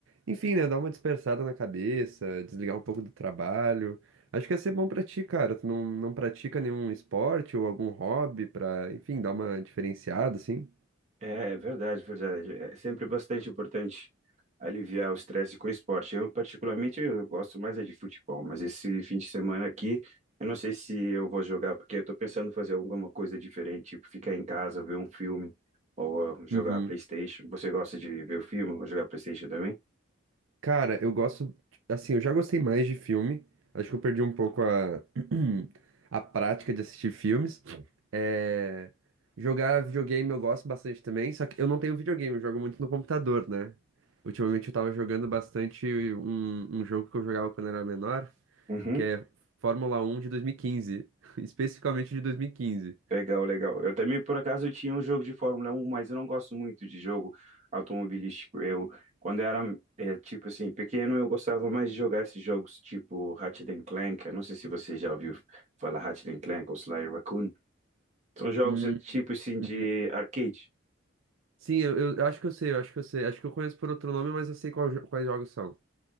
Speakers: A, on the right; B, on the right.
A: enfim, né? Dar uma dispersada na cabeça, desligar um pouco do trabalho. Acho que ia ser bom pra ti, cara. Tu não, não pratica nenhum esporte ou algum hobby pra, enfim, dar uma diferenciada, assim?
B: É, é verdade, verdade. É sempre bastante importante aliviar o estresse com esporte. Eu, particularmente, eu gosto mais é de futebol, mas esse fim de semana aqui, eu não sei se eu vou jogar, porque eu tô pensando em fazer alguma coisa diferente, tipo ficar em casa, ver um filme ou jogar
A: Uhum.
B: PlayStation. Você gosta de ver o filme ou jogar PlayStation também?
A: Cara, eu gosto. Assim, eu já gostei mais de filme. Acho que eu perdi um pouco a, <clears throat> a prática de assistir filmes. É, Jogar videogame eu gosto bastante também, só que eu não tenho videogame, eu jogo muito no computador, né? Ultimamente eu tava jogando bastante um, um jogo que eu jogava quando era menor,
B: Uhum.
A: que é Fórmula 1 de 2015, <laughs> especificamente de 2015.
B: Legal, legal. Eu também, por acaso, tinha um jogo de Fórmula um mas eu não gosto muito de jogo automobilístico. Eu, quando era, é, tipo assim, pequeno, eu gostava mais de jogar esses jogos tipo Ratchet and Clank. Eu não sei se você já ouviu falar Ratchet and Clank ou Sly Raccoon. São jogos,
A: Hum,
B: é, tipo assim,
A: uhum.
B: de arcade.
A: Sim, eu, eu- eu acho que eu sei, eu acho que eu sei. Acho que eu conheço por outro nome, mas eu sei qual jo- quais jogos são.